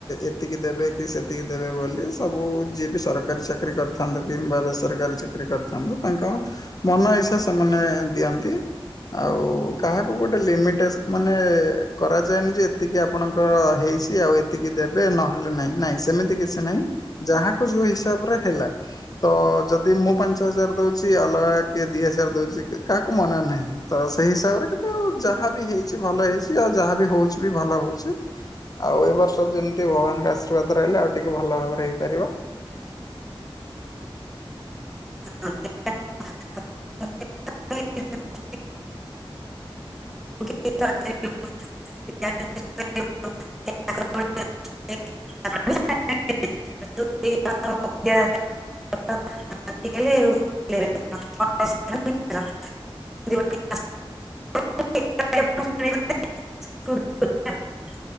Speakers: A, on the left; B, in the centre.
A: ଏତିକି ଦେବେ ସେତିକି ଦେବେ ବୋଲି ସବୁ ଯିଏ ବି ସରକାରୀ ଚାକିରି କରିଥାନ୍ତୁ କିମ୍ବା ବେସରକାରୀ ଚାକିରି କରିଥାନ୍ତୁ। ତାଙ୍କ ମନ ଇଛା ସେମାନେ ଦିଅନ୍ତି। ଆଉ କାହାକୁ ଗୋଟେ ଲିମିଟ ମାନେ କରାଯାଇନି ଯେ ଏତିକି ଆପଣଙ୍କ ହେଇଛି ଆଉ ଏତିକି ଦେବେ ନହେଲେ ନହିଁ ନାଇଁ ସେମିତି କିଛି ନାହିଁ ଯାହାକୁ ଯୋଉ ହିସାବରେ ହେଲା। ତ ଯଦି ମୁଁ ପାଞ୍ଚ ହଜାର ଦଉଛି ଅଲଗା କିଏ ଦି ହଜାର ଦଉଛି କାହାକୁ ମନା ନାହିଁ। ତ ସେଇ ହିସାବରେ କିନ୍ତୁ ଯାହା ବି ହେଇଛି ଭଲ ହେଇଛି ଆଉ ଯାହା ବି ହଉଛି ବି ଭଲ ହଉଛି। ଆଉ ଏ ବର୍ଷ ଯେମିତି ଭଗବାନଙ୍କ ଆଶ୍ରିବାଦ ରହିଲେ ଆଉ ଟିକେ ଭଲ ଭାବରେ ହେଇପାରିବ।
B: <unintelligible> <inaudible> <inaudible> <unintelligible> ଆଜିକାଲି <inaudible> <inaudible>